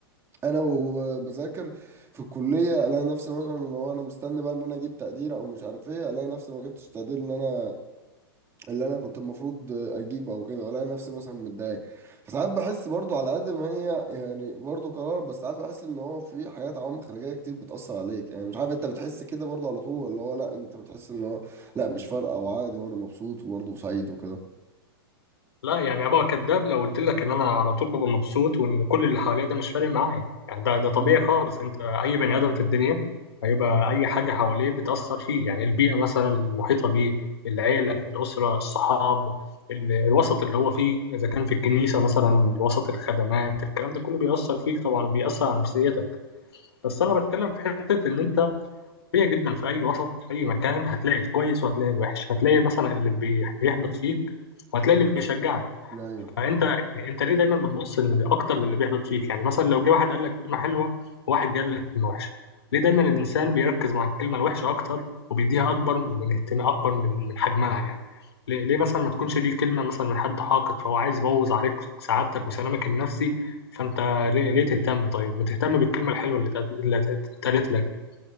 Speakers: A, on the right; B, on the left.
A: انا وبذاكر في الكلية الاقي نفسي مثلا لو انا مستني بقى ان انا اجيب تقدير او مش عارف ايه الاقي نفسي ما جبتش التقدير اللي انا اللي انا كنت المفروض اجيبه او كده ولا انا نفسي مثلا متضايق فساعات بحس برضو على قد ما هي يعني برضو قرار بس ساعات بحس ان هو في حاجات عوامل خارجيه كتير بتاثر عليك يعني مش عارف انت بتحس كده برضو على طول اللي هو لا انت بتحس ان هو لا مش فارقه وعادي وانا مبسوط وبرضو سعيد وكده
B: لا يعني ابقى كداب لو قلت لك ان انا على طول ببقى مبسوط وان كل اللي حواليا ده مش فارق معايا يعني ده ده طبيعي
A: امم
B: خالص انت اي بني ادم في الدنيا هيبقى اي حاجه حواليه بتاثر فيه يعني البيئه مثلا المحيطه بيه العيله الاسره الصحاب ال- الوسط اللي هو فيه اذا كان في الكنيسه مثلا وسط الخدمات الكلام ده كله بيأثر فيك طبعا وبيأثر على نفسيتك بس انا بتكلم في حته ان انت طبيعي جدا في اي وسط في اي مكان هتلاقي الكويس وهتلاقي الوحش هتلاقي مثلا اللي بي- بيحبط فيك وهتلاقي اللي بيشجعك
A: ايوه
B: فانت يعني انت ليه دايما بتبص إن اكتر للي بيحدث فيك يعني مثلا لو جه واحد قال لك كلمه حلوه وواحد قال لك كلمه وحشه ليه دايما الانسان بيركز مع الكلمه الوحشه اكتر وبيديها اكبر من اهتمام اكبر من من حجمها يعني ليه, ليه مثلا ما تكونش دي كلمه مثلا من حد حاقد فهو عايز يبوظ عليك سعادتك وسلامك النفسي فانت ليه, ليه تهتم طيب ما تهتم بالكلمه الحلوه اللي اتقالت اللي اتقالت لك